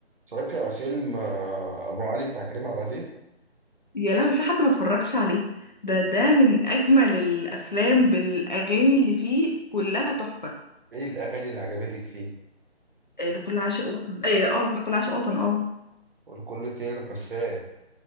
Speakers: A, on the right; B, on the left.
A: اتفرجت على فيلم آه، أبو علي بتاع كريم عبد العزيز
B: يا لهوي في حد ما اتفرجش عليه ده ده من اجمل الافلام بالاغاني اللي فيه كلها تحفه
A: إيه الأغاني اللي عجبتك فيه؟
B: آه، لكل عاشق وطن اه اه لكل عاشق وطن اه
A: والكل طير مرساه